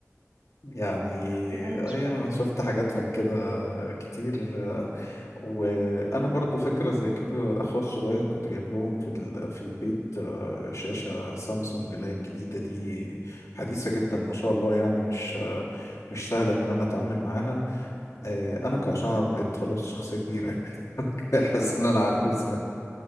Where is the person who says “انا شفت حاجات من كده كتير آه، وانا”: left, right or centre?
Left